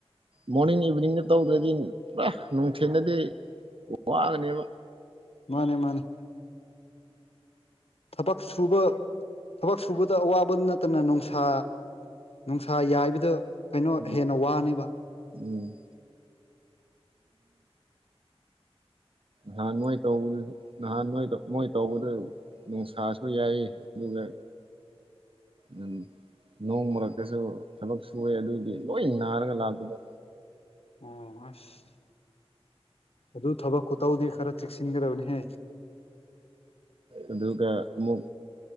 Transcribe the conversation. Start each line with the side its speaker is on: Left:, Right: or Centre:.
Right: ꯃꯣꯔꯅꯤꯡ ꯏꯚꯤꯅꯤꯡꯗ ꯇꯧꯗ꯭ꯔꯗꯤ ꯄꯨꯔꯥ ꯅꯨꯡꯊꯤꯟꯗꯗꯤ ꯋꯥꯒꯅꯦꯕ
Left: ꯃꯥꯅꯦ ꯃꯥꯅꯦ ꯊꯕꯛ ꯁꯨꯕ ꯊꯕꯛ ꯁꯨꯕꯗ ꯑꯋꯥꯕ ꯅꯠꯇꯅ ꯅꯨꯡꯁꯥ ꯅꯨꯡꯁꯥ ꯌꯥꯏꯕꯗ ꯀꯩꯅꯣ
Right: ꯎꯝ
Left: ꯍꯦꯟꯅ ꯋꯥꯅꯤꯕ
Right: ꯎꯝ ꯅꯍꯥꯟ ꯅꯣꯏ ꯇꯧꯕꯗꯨ ꯅꯍꯥꯟ ꯅꯣꯏ ꯃꯣꯏ ꯇꯧꯕꯗ ꯅꯨꯡꯁꯥꯁꯨ ꯌꯥꯏ ꯑꯗꯨꯒ ꯎꯝ ꯅꯣꯡ ꯃꯔꯛꯇꯁꯨ ꯊꯕꯛ ꯁꯨꯑꯦ ꯑꯗꯨꯏꯒꯤ ꯂꯣꯏ ꯅꯥꯔꯒ ꯂꯥꯛꯄꯗꯣ
Left: ꯑꯣ ꯑꯁ ꯑꯗꯨ ꯊꯕꯛ ꯈꯨꯇꯧꯗꯤ ꯈꯔ ꯆꯦꯛꯁꯤꯟꯒꯗꯕꯅꯤꯍꯦ
Right: ꯑꯗꯨꯒ ꯑꯃꯨꯛ